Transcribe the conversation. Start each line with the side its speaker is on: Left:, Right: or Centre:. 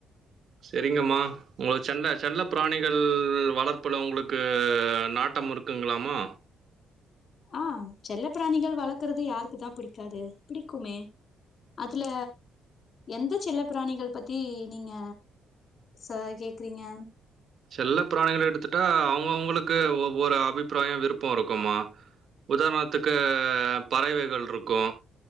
Right: செரிங்கம்மா உங்க செண்ட செல்லப் பிராணிகள் வளர்ப்புல உங்குளுக்கு நாட்டமிருக்குங்ளாம்மா
Left: ஆ செல்லப் பிராணிகள் வளக்கிறது யாருக்குதா பிடிக்காது பிடிக்குமே அதுல எந்த செல்லப் பிராணிகள் பத்தி நீங்க ச கேக்குறீங்க
Right: செல்லப் பிராணிகள எடுத்துட்டா அவுங்கவுங்களுக்கு ஒவ்வொரு அபிப்ராயோ விருப்போ இருக்கும்மா உதாரணத்துக்கு பறவைகள்ருக்கு.